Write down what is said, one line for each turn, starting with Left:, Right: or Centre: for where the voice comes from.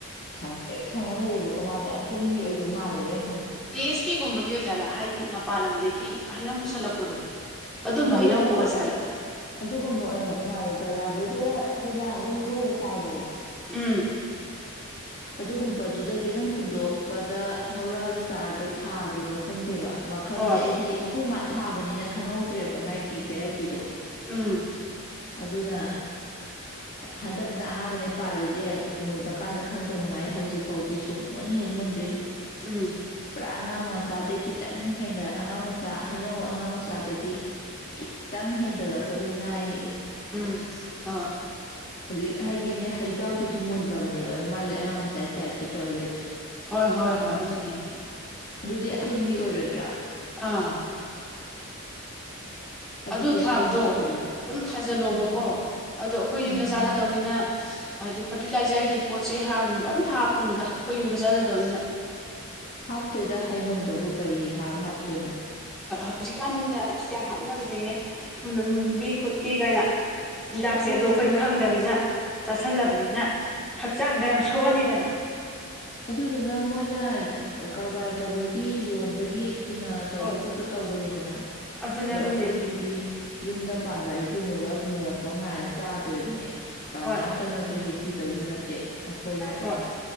Left: ꯁꯪꯇꯦꯛ ꯁꯪꯉ ꯂꯩꯌꯦꯕꯀꯣ ꯃꯥꯁꯦ ꯑꯊꯦꯡꯒꯤ ꯑꯣꯏꯗꯧ ꯃꯥꯜꯂꯦꯕꯩꯅ
Centre: ꯇꯦꯁ ꯀꯦꯒꯨꯝꯃꯒꯤ ꯌꯣꯖꯂ ꯍꯥꯏ ꯍꯥꯏꯗꯤ ꯃꯄꯥꯟ ꯂꯝꯗꯒꯤ ꯍꯩꯅꯧ ꯄꯨꯁꯜꯂꯛꯄꯗꯣ ꯑꯗꯨꯝꯕ
Left: ꯑꯩꯈꯣꯏꯅ
Centre: ꯍꯩꯅꯧꯕꯨ
Left: ꯀꯩꯅ
Centre: ꯑꯣꯏꯖꯥꯠꯂꯥ
Left: ꯑꯗꯨꯒꯨꯝꯕ ꯑꯣꯏꯔꯝꯗꯧ ꯃꯥꯜꯂꯦ ꯕꯖꯥꯔꯗꯩ ꯀꯔ ꯑꯩꯈꯣꯏꯅ ꯑꯗꯨꯝ ꯂꯩꯔ ꯆꯥꯏꯗꯅ
Centre: ꯍ
Left: ꯑꯗꯨꯒꯨꯝꯕꯗꯨꯗꯒꯤ ꯑꯗꯨꯝ ꯍꯨꯟꯗꯣꯛꯄꯗ ꯍꯧꯔꯛꯑꯒ ꯆꯥꯔꯗꯣ ꯊꯥꯈꯤꯕꯕ꯭ꯔꯥ ꯈꯪꯗꯦꯕ ꯃꯈꯜꯁꯦ
Centre: ꯍꯣꯏ
Left: ꯑꯩꯗꯤ ꯑꯩꯈꯣꯏ ꯃ ꯊꯥꯕꯅꯤꯅ ꯈꯪꯍꯧꯗ꯭ꯔꯦꯕ ꯃꯥꯒꯤ ꯚꯦꯔꯥꯏꯇꯤꯗꯣ
Centre: ꯎꯝ
Left: ꯑꯗꯨꯅ ꯍꯟꯗꯛꯅ ꯑꯍꯥꯟꯕꯅꯦ ꯄꯥꯜꯂꯤꯁꯦ ꯎꯃꯨꯜꯗ ꯀꯥꯟꯗ ꯈꯪꯗꯕ ꯃꯉꯥꯏꯔꯦ ꯍꯧꯖꯤꯛꯐꯥꯎꯗꯤ ꯁꯨꯝ ꯃꯨꯟꯅ ꯍꯦꯛ ꯃꯨꯟꯗ꯭ꯔꯤ
Centre: ꯎꯝ
Left: ꯄ꯭ꯔꯥꯉ ꯃꯁꯥꯗ ꯀꯈꯤ ꯈꯤꯇꯪ ꯍꯦꯟꯒꯠ ꯑꯉꯥꯡ ꯃꯆꯥ ꯍꯩꯅꯧ ꯑꯉꯥꯡ ꯃꯆꯥ ꯑꯗꯒꯤꯠ ꯈꯤꯇꯪ ꯍꯦꯟꯒꯠꯂꯛꯄꯗꯒꯤ ꯉꯥꯏ
Centre: ꯎꯝ ꯑ
Left: ꯍꯧꯖꯤꯛ ꯍꯥꯏꯗꯤ ꯑꯃꯅꯦ ꯍꯩꯖꯥꯎꯗꯨꯗꯤ ꯃꯨꯜꯂꯕꯅꯦꯕ ꯑꯗꯣ ꯃꯥꯗꯤ ꯑꯉꯥꯡ ꯃꯆꯥ ꯑꯩ ꯇꯥꯏꯞꯇ ꯇꯧꯔ ꯂꯩ꯭ꯔꯣ
Centre: ꯍꯣꯏ ꯍꯣꯏ ꯍꯣꯏ ꯑꯗꯨꯅꯦ
Left: ꯑꯗꯨꯗꯤ ꯑꯊꯦꯡꯕꯤ ꯑꯣꯏꯔꯣꯏꯗ꯭ꯔꯥ
Centre: ꯑꯥ
Left: ꯑꯗꯨꯗꯤ
Centre: ꯑꯗꯨ ꯊꯥꯕꯗꯣ
Left: ꯑꯊꯦꯡꯕꯤ ꯑꯣꯏꯔꯅꯤ
Centre: ꯑꯗꯨꯝ ꯊꯥꯖꯤꯜꯂꯣꯕꯀꯣ
Left: ꯎꯝ
Centre: ꯑꯗꯣ ꯑꯩꯈꯣꯏ
Left: ꯎꯝ
Centre: ꯌꯨꯝꯗ ꯆꯥꯟꯅꯗꯧꯅꯤꯅ ꯍꯥꯏꯗꯤ ꯐꯔꯇꯤꯂꯥꯏꯖꯔꯒꯤ ꯄꯣꯠ ꯆꯩ ꯍꯔꯅꯨꯡꯗ ꯑꯝꯇ ꯍꯥꯞꯄꯅꯨꯗ ꯑꯩꯈꯣꯏ ꯌꯨꯝꯗ ꯆꯥꯖꯗꯧꯅꯤꯅ
Left: ꯍꯥꯞꯇꯦꯗ ꯍꯥꯏꯅꯧꯗꯕꯨ ꯀꯔꯤ ꯍꯥꯔ ꯍꯥꯞꯇꯣꯏꯅꯣ
Centre: ꯍꯧꯖꯤꯛꯀꯥꯟꯗꯤꯅꯦꯁ ꯌꯥꯝ ꯍꯥꯞꯅꯕꯅꯦꯍ ꯊꯨꯅ ꯃꯨꯟꯕꯤ ꯈꯣꯠꯄꯤ ꯀꯥꯏꯅ ꯍꯤꯟꯖꯥꯛꯁꯦ
Left: ꯑꯗꯨꯗꯨꯅ
Centre: ꯑꯗꯣ ꯑꯩꯈꯣꯏ ꯈꯪꯗꯕꯅꯤꯅ ꯆꯥꯁꯜꯂꯕꯅꯤꯅ ꯍꯛꯆꯥꯡꯗ ꯌꯥꯝ ꯁꯣꯛꯍꯜꯂꯤꯗꯅ
Left: ꯑꯗꯨꯗꯨꯅ ꯃꯣꯏꯅ ꯀꯔꯕꯥꯔ ꯇꯧꯕꯒꯤ ꯌꯣꯟꯕꯒꯤ ꯊꯨꯅ ꯇꯧꯕ
Centre: ꯍꯣꯏ
Left: ꯈꯣꯠꯄ ꯇꯧꯕꯅꯤꯗꯅ
Centre: ꯑꯗꯨꯅꯦ
Left: ꯑꯗꯣ
Centre: ꯑꯗꯨꯅꯦ
Left: ꯑꯩꯈꯣꯏꯒꯤꯗꯤ ꯌꯨꯝꯗ ꯄꯥꯟꯕ ꯍꯥꯏꯁꯤꯗꯤ ꯃꯨꯜꯂꯞ ꯃꯨꯜꯂꯛꯄ ꯉꯥꯏ ꯆꯥꯗꯣꯏꯔꯤꯕꯅꯦ ꯀꯅꯥꯝꯇꯅꯁꯨ
Centre: ꯍꯣꯏ
Left: ꯍꯦꯛꯄꯤꯗꯧꯁꯨ ꯅꯠꯇꯦ ꯑꯩꯈꯣꯏ ꯅꯠꯇꯅ
Centre: ꯍꯣꯏ